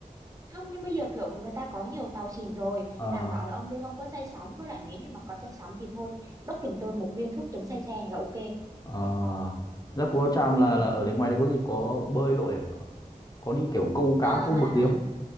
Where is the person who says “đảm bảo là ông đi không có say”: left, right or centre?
Right